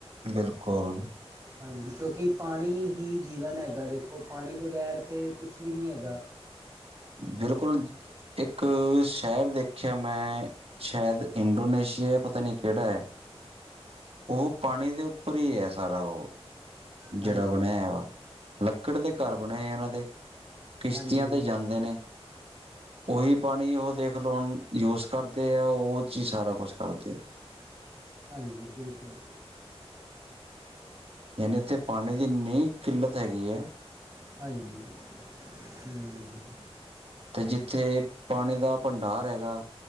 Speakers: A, on the right (about 65°); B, on the right (about 30°).
A: ਬਿਲਕੁਲ।
B: ਹਾਂਜੀ ਕਿਉਂਕਿ ਪਾਣੀ ਹੀ ਜੀਵਨ ਹੈਗਾ ਦੇਖੋ ਪਾਣੀ ਬਗੈਰ ਤੇ ਕੁਛ ਵੀ ਨੀ ਹੈਗਾ।
A: ਬਿਲਕੁਲ, ਇੱਕ ਸ਼ੈਹਰ ਦੇਖਿਆ ਮੈਂ ਸ਼ੈਦ ਇੰਡੋਨੇਸ਼ੀਆ ਏ ਪਤਾ ਨੀ ਕੇੜਾ ਐ। ਉਹ ਪਾਣੀ ਦੇ ਉੱਪਰ ਈ ਐ ਸਾਰਾ ਉਹ।
B: ਹਾਂਜੀ
A: ਜੇੜਾ ਬਣਿਆ ਵਾ, ਲੱਕੜ ਦੇ ਘਰ
B: ਹਾਂ-
A: ਬਣੇ ਇਨਾਂ ਦੇ, ਕਿਸ਼ਤੀਆਂ
B: ਹਾਂਜੀ
A: ਤੇ
B: ਹਾਂਜੀ
A: ਜਾਂਦੇ ਨੇ ਉਹੀ ਪਾਣੀ ਉਹ ਦੇਖਲੋ ਹੁਨ ਯੋਸ ਕਰਦੇ ਐ ਉਹ ਓਚ ਈ ਸਾਰਾ ਕੁਛ ਕਰਦੇ ਐ।
B: ਹਾਂਜੀ ਬਿਲਕੁਲ।
A: ਯਾਨੀ ਓਥੇ ਪਾਣੀ ਦੀ ਨਈ ਕਿੱਲਤ ਹੈਗੀ ਐ
B: ਹਾਂਜੀ, ਹਮ।
A: ਤੇ ਜਿੱਥੇ ਪਾਣੀ ਦਾ ਭੰਡਾਰ ਹੈਗਾ